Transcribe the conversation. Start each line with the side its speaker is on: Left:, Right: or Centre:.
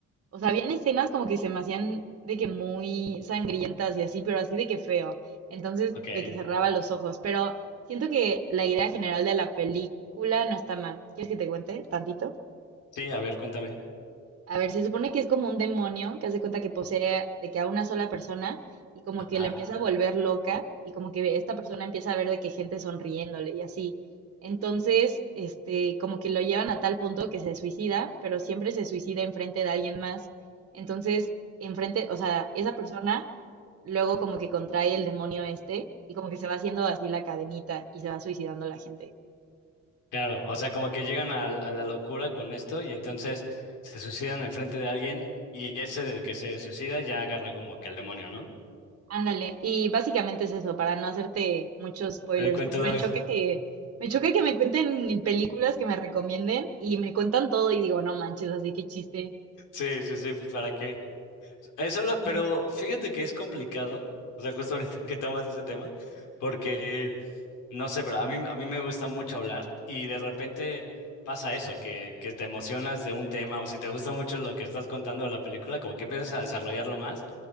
Right: o sea, habían escenas como que se me hacían de que muy sangrientas y así, pero así de que feo, entonces
Left: ok.
Right: de que cerraba los ojos, pero siento que la idea general de la película no está mal. ¿Quieres que te cuente tantito?
Left: Sí, a ver, cuéntame.
Right: A ver, se supone que es como un demonio que hace cuenta que posee de que a una sola persona y como
Left: Ajá.
Right: que la empieza a volver loca y como que esta persona empieza a ver de que gente sonriéndole y así. Entonces, este, como que lo llevan a tal punto que se suicida, pero siempre se suicida enfrente de alguien más. Entonces, enfrente, o sea, esa persona luego como que contrae el demonio este y como que se va haciendo así la cadenita y se va suicidando la gente.
Left: Claro, o sea, como que llegan a, a la locura con esto y entonces se suicidan enfrente de alguien y ese del que se suicida ya agarra como que el demonio, ¿no?
Right: Ándale, y básicamente es eso, para no hacerte muchos spoilers,
Left: El cuento
Right: porque
Left: largo.
Right: me choca
Left: <laughs>
Right: que, me choca que me cuenten películas que me recomienden y me cuentan todo y digo, no manches, así que chiste.
Left: Sí, sí, sí, pues ¿para qué? Eso lo,
Right: Sí.
Left: pero fíjate que es complicado, o sea, justo ahorita <laughs> que tomas ese tema, porque no sé, pero a mí, a mí me gusta mucho hablar y de repente pasa eso, que, que te emocionas de un tema o si te gusta mucho lo que estás contando de la película, como que empiezas a desarrollarlo más